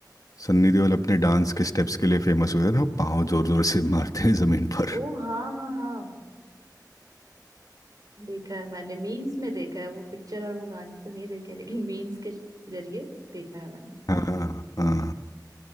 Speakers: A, on the left; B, on the right.
A: सन्नी देओल अपने डांस के स्टेप्स के लिए फेमस हुए थे ना पाँव जोर जोर से मारते हैं जमीन पर
B: ओ हाँ हाँ हाँ देखा है मैंने मीम्स में देखा है वो पिक्चर और वो गाने तो नहीं देखे हैं, लेकिन मीम्स के जरिए देखा है मैंने
A: हाँ हाँ